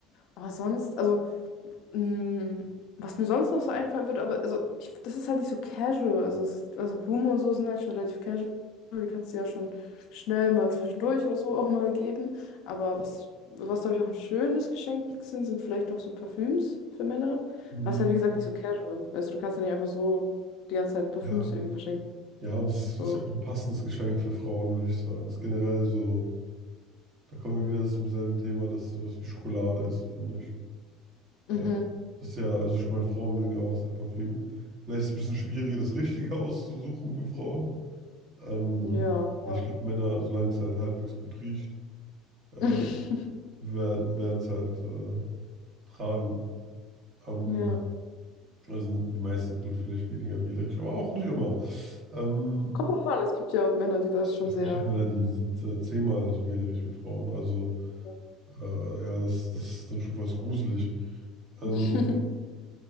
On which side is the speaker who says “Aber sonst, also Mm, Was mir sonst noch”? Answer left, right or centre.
Left